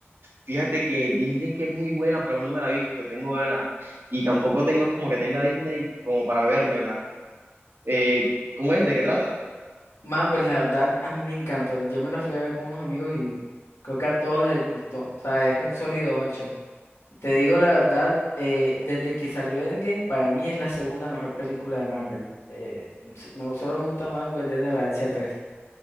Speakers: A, on the right; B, on the left.
A: Fíjate que dicen que es muy buena, pero aún no me la he visto. Tengo ganas. Y tampoco tengo como que tenga Disney como para vérmela. Eh, ¿cómo es? ¿De qué trata?
B: Man, pues la verdad, a mí me encantó. Yo me la fui a ver con unos amigos y creo que a todos les gustó. O sea, es un sólido 8. Te digo la verdad, eh, desde que salió Endgame, para mí es la segunda mejor película de Marvel. Eh, s- me- solo me gusta más Guardianes de la Galaxia 3.